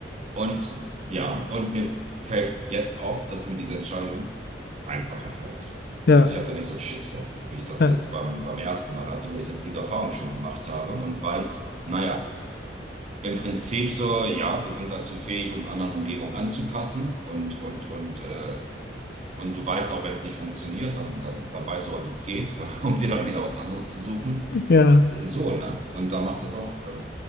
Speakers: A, on the right; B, on the left.
A: Und ja, und mir fällt jetzt auf, dass mir diese Entscheidung einfacher fällt.
B: Ja,
A: Also ich habe da nicht so einen Schiss vor, wie ich das
B: ja,
A: jetzt beim, beim ersten Mal hatte, weil ich jetzt diese Erfahrung schon gemacht habe und weiß, naja, im Prinzip so, ja, wir sind dazu fähig, uns anderen Umgebungen anzupassen und, und, und, äh, und du weißt auch, wenn es nicht funktioniert, dann, dann, dann weißt du aber, wie es geht, <laughs> um dir dann wieder was anderes zu suchen.
B: ja.
A: So, ne? Und da macht das auch, äh,